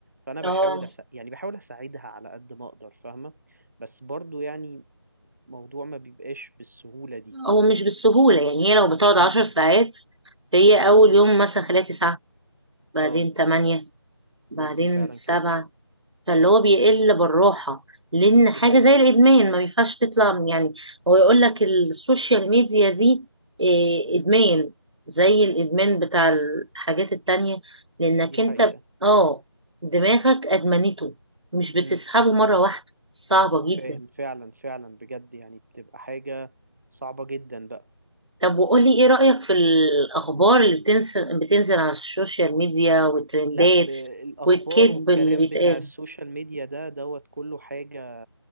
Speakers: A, on the right; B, on the right.
A: فأنا بحاول
B: اه
A: أس... يعني بحاول أساعدها على قد ما أقدر فاهمة بس برضو يعني موضوع ما بيبقاش بالسهولة دي
B: هو مش بالسهوله يعني هي لو بتقعد
A: امم
B: 10 ساعات فهي اول
A: امم
B: يوم مثلا خليها 9 بعدين
A: اه
B: 8 بعدين
A: ممكن فعلا
B: 7
A: كده
B: فاللي
A: اه
B: هو بيقل بالراحة لأن
A: دي
B: حاجة
A: حقيقة
B: زي الإدمان ما ينفعش تطلع يعني هو يقول لك السوشيال ميديا دي إيه،
A: امم
B: إدمان زي الإدمان
A: اه
B: بتاع الحاجات التانية لأنك
A: دي حقيقة
B: أنت ب- آه دماغك أدمنته مش بتسحبه
A: امم
B: مرة واحدة صعبة جدا
A: فاهم فعلا فعلا بجد يعني بتبقى حاجة صعبة جدا بقى
B: طب وقولي إيه رأيك في الأخبار اللي بتنزل بتنزل على السوشيال ميديا والترندات
A: لا ب... الأخبار
B: والكذب
A: والكلام
B: اللي بيتقال
A: بتاع السوشيال ميديا ده دوت كله حاجة